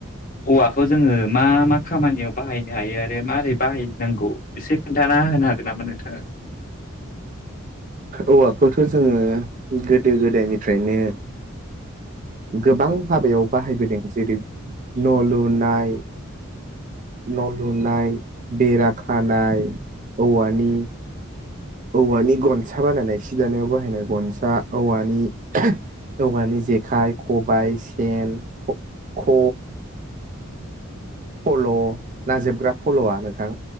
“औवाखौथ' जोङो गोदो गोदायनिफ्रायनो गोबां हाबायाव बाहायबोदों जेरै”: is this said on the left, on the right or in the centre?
Right